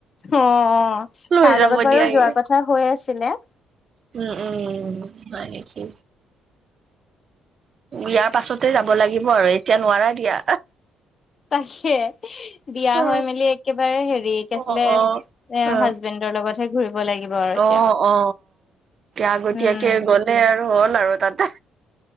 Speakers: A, on the left; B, on the right.
A: অ,
B: লৈ
A: তাৰ
B: যাব
A: লগত বাৰু
B: দিয়া
A: যোৱা
B: ই
A: কথা হৈ আছিলে।
B: উম উম উম তাকেতো ইয়াৰ পাছতে যাব লাগিব আৰু এতিয়া নোৱাৰা দিয়া।
A: তাকে বিয়া,
B: অ
A: হৈ মেলি একেবাৰে হেৰি কে আছিলে।
B: অ
A: এ
B: অ,
A: হাজবেণ্ডৰ লগতহে ঘুৰিব লাগিব আৰু এতিয়া,
B: অ অ আগতীয়াকে
A: উম,
B: গ'লে আৰু। আৰু তাতে,